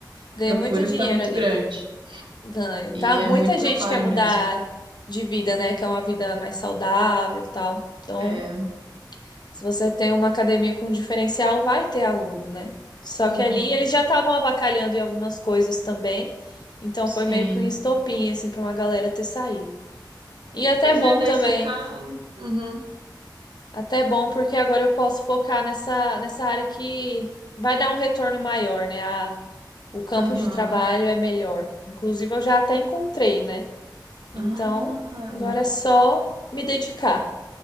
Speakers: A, on the right; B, on the left.
A: a
B: Ganha
A: procura
B: muito dinheiro
A: tá muito
B: ali.
A: grande.
B: Ganha. Tá?
A: E
B: Muita
A: é muito trabalho
B: gente quer mudar
A: mesmo.
B: de vida, né? Quer uma vida mais saudável e tal. Então,
A: É.
B: se você tem uma academia com diferencial, vai ter aluno, né? Só
A: Uhum.
B: que ali eles já estavam avacalhando em algumas coisas também. Então foi
A: Sim.
B: meio que um estopim, assim, pra uma galera ter saído. E até
A: Pois
B: bom
A: é, daí
B: também
A: você tá. Uhum.
B: Até bom, porque agora eu posso focar nessa, nessa área que vai dar um retorno maior, né? A- o campo
A: Aham.
B: de trabalho é melhor. Inclusive, eu já até encontrei, né?
A: Ah.
B: Então, agora é só me dedicar.